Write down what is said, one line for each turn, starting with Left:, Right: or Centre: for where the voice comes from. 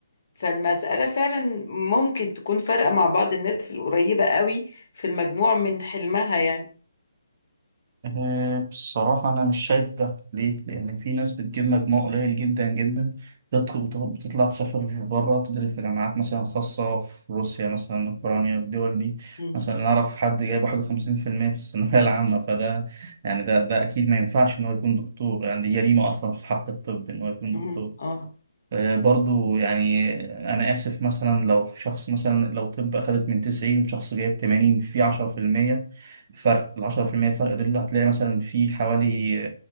Left: فالمسألة فعلا ممكن تكون فارقة مع بعض الناس القريبة قوي في المجموع من حلمها يعني
Right: أنا بصراحة أنا مش شايف ده ليه؟ لأن في ناس بتجيب مجموع قليل جدا جدا بتدخل بت- بتطلع تسافر بره تدرس في جامعات مثلا خاصة في روسيا مثلا أوكرانيا الدول دي
Left: مم.
Right: مثلا أنا أعرف حد جايب واحد وخمسين في المية في الثانوية <laughs> العامة فده يعني ده ده أكيد ما ينفعش إن هو يكون دكتور يعني دي جريمة أصلا في حق الطب إن هو يكون
Left: مم.
Right: دكتور.
Left: اه
Right: آه، برضو يعني أنا آسف مثلا لو شخص مثلا لو طب أخدت من 90 وشخص جايب 80 في 10% فرق ال 10% فرق دول هتلاقي مثلا في حوالي